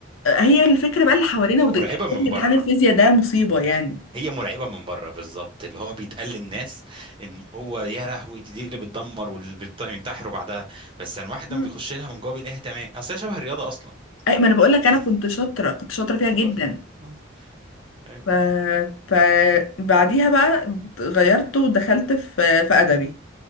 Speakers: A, on the left (about 85°); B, on the right (about 25°).
A: آه، هي الفكره بقى اللي حوالينا وده-
B: مرعبة من
A: امتحان
B: بره
A: الفيزياء ده مصيبه يعني
B: هي مرعبة من بره بالظبط اللي هو بيتقال للناس ان هو يا لهوي دي, دي اللي بتدمر واللي بت- بينتحروا بعدها بس لما الواحد
A: مم.
B: لما بيخش لها من جوه بيلاقيها تمام اصل هي شبه الرياضة اصلا
A: اي ما انا بقول لك
B: يعني
A: انا كنت شاطره كنت شاطره فيها
B: <laughs>
A: جدا
B: اه ايوه
A: ف فبعديها بقى غيرت ودخلت في في ادبي